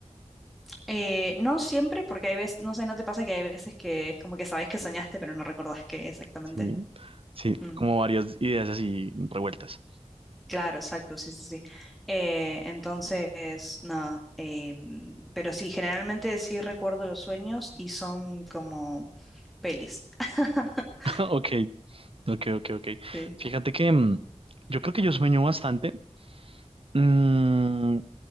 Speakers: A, in the centre; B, on the right.
A: Eh, no siempre, porque hay veces, no sé, ¿no te pasa que hay veces que es como que sabes que soñaste, pero no recordás qué exactamente?
B: Sí, sí,
A: Mm.
B: como varias ideas así revueltas.
A: Claro, exacto, sí, sí, sí. Eh, entonces, nada, em, pero sí, generalmente sí recuerdo los sueños y son como pelis. <laughs>
B: <laughs> Ok, ok, ok, ok.
A: Sí.
B: Fíjate que mm, yo creo que yo sueño bastante, mm,